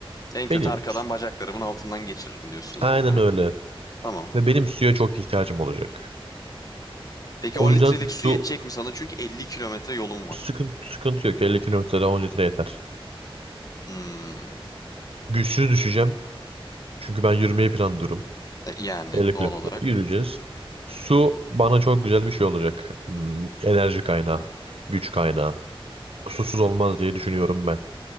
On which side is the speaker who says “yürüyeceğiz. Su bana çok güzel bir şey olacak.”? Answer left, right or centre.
Right